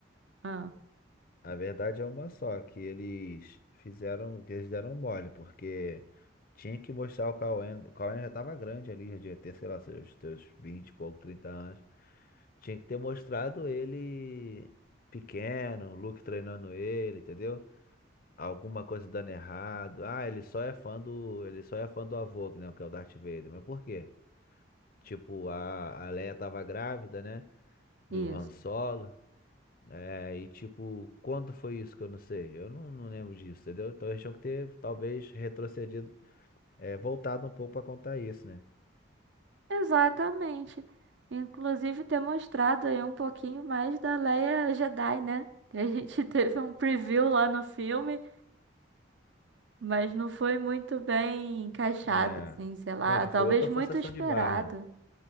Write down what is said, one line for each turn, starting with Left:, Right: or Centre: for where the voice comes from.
Right: ah,
Left: A verdade é uma só, que eles fizeram, que eles deram mole, porque tinha que mostrar o Cauê. O Cauê já tava grande ali, já devia ter, sei lá, seus, seus 20 e pouco, 30 anos. Tinha que ter mostrado ele pequeno, o Luke treinando ele, entendeu? Alguma coisa dando errado. Ah, ele só é fã do, ele só é fã do avô, né, que é o Darth Vader. Mas por quê? Tipo, a, a Leia tava grávida, né? Do
Right: isso.
Left: Han Solo. É, E tipo, quando foi isso que eu não sei? Eu não, não lembro disso, entendeu? Então eles tinham que ter, talvez, retrocedido, é, voltado um pouco pra contar isso, né?
Right: Exatamente. Inclusive ter mostrado aí um pouquinho mais da Leia Jedi, né? <laughs> Que a gente <laughs> teve um preview lá no filme. Mas não foi muito bem encaixado,
Left: Né?
Right: assim, sei lá,
Left: Não, que
Right: talvez
Left: foi outra
Right: muito
Left: forçação
Right: esperado.
Left: de barra.